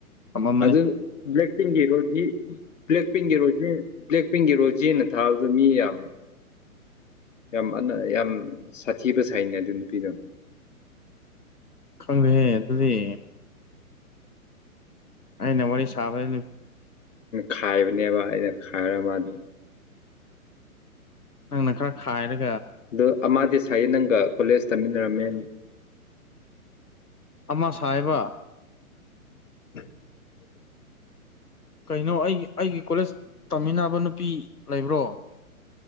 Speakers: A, on the left (about 90°); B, on the left (about 55°).
A: ꯊꯝꯃꯝꯕꯅꯦ
B: ꯑꯗ ꯕ꯭ꯂ ꯄꯤꯟꯛ ꯔꯣꯖꯤꯗꯤ ꯕ꯭ꯂꯦꯛ ꯄꯤꯡꯒꯤ ꯔꯣꯖꯤ ꯕ꯭ꯂꯦꯛ ꯄꯤꯡꯒꯤ ꯔꯣꯖꯤꯅ ꯊꯥꯕꯗ ꯃꯤ ꯌꯥꯝ ꯌꯥꯝ ꯑ ꯌꯥꯝ ꯁꯥꯊꯤꯕ ꯁꯥꯏꯅꯦ ꯑꯗꯨ ꯅꯨꯄꯤꯗꯣ
A: ꯈꯪꯗ ꯍꯦ ꯑꯗꯨꯗꯤ ꯑ ꯅ ꯋꯥꯔꯤ ꯁꯥꯕ
B: ꯈꯥꯏꯕꯅꯦꯕ ꯑꯩꯅ ꯈꯥꯏꯔ ꯃꯥꯗ
A: ꯅꯪꯅ ꯈꯔ ꯈꯥꯏꯔꯦ
B: ꯑ ꯑꯃꯗꯤꯗꯤ ꯁꯥꯏꯌꯦ ꯅꯪꯒ ꯀꯣꯂꯦꯖ ꯇꯝꯃꯤꯟꯅꯔꯝꯃꯦ
A: ꯑꯃ ꯁꯥ ꯍꯥꯏꯕ
B: <inaudible> <inaudible>
A: ꯀꯩꯅꯣ ꯑꯩꯒꯤ ꯑꯩꯒꯤ ꯀꯣꯂꯦꯖ ꯇꯝꯃꯤꯟꯅꯕ ꯅꯨꯄꯤ ꯂꯩꯕ꯭ꯔꯣ <inaudible>